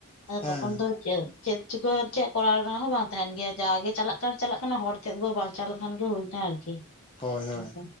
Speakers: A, on the left (about 65°); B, on the left (about 25°).
A: ᱟᱫᱚ
B: ᱦᱮᱸ
A: ᱛᱚᱠᱷᱱ ᱫᱚ ᱪᱮᱫ ᱪᱮᱫ ᱪᱤᱠᱟᱹ ᱪᱮᱫ ᱠᱚᱨᱟᱣ ᱨᱮᱱᱟᱜ ᱦᱚᱸ ᱵᱟᱝ ᱛᱟᱦᱮᱱ ᱜᱮᱭᱟ ᱡᱟᱜᱮ ᱪᱟᱞᱟᱜ ᱠᱟᱱ ᱪᱟᱞᱟᱜ ᱠᱟᱱᱟ ᱦᱚᱲ ᱪᱮᱫ ᱵᱚᱱ ᱵᱟᱧᱪᱟᱣ ᱞᱮᱠᱷᱟᱱ ᱜᱮ ᱦᱩᱭᱱᱟ ᱟᱨᱠᱤ
B: ᱦᱳᱭ ᱦᱳᱭ
A: ᱚᱱᱠᱟ